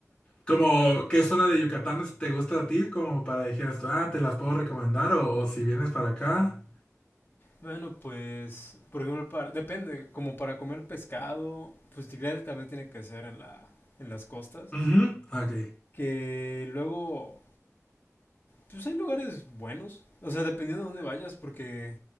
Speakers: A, on the left; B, on the left.
A: Como, ¿qué zona de Yucatán es- te gusta a ti? Como para dijeras tú, ah, te las puedo recomendar o, o si vienes para acá.
B: Bueno, pues, por ejemplo, para, depende, como para comer pescado, pues claro, también tiene que ser en la, en las costas,
A: Ujú. Ok.
B: que luego Pues hay lugares buenos. O sea, dependiendo de dónde vayas, porque